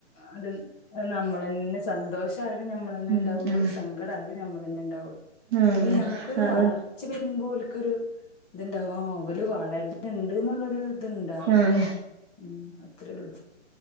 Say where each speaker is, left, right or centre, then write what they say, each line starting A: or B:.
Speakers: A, on the left; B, on the right.
A: അത് <unintelligible> നമ്മളെ ന്നെ സന്തോഷം ആരു ഞമ്മളെന്നെ
B: ഉം
A: ഇന്താവൊള്ളു.
B: ഉം
A: സങ്കടായാലും നമ്മളെന്നെ ഇണ്ടാവൊള്ളു.
B: ഉം
A: പിന്നെ ഞമ്മക്കൊരു
B: അത്
A: വളർച്ച വരുമ്പോല്ക്കൊരു ഇത് ഇണ്ടാവും. ആഹ് ഇവല് വളർന്ന്ണ്ട് ഇന്നുള്ളൊരു ഇത് ഇണ്ടാവും
B: ഉം
A: ഉം അത്രേ ഒള്ളു